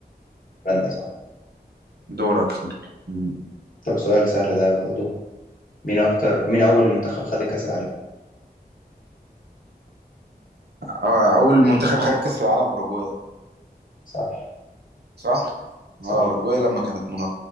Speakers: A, on the left; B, on the right.
A: فرنسا صح
B: دورك مم.
A: طب سؤال سهل ده برضه مين اكتر مين اول منتخب خد كاس العالم
B: آه، اول منتخب خد كاس العالم اوروجواي
A: صح
B: صح
A: صح
B: اه اوروجواي
A: كده
B: لما كانت من-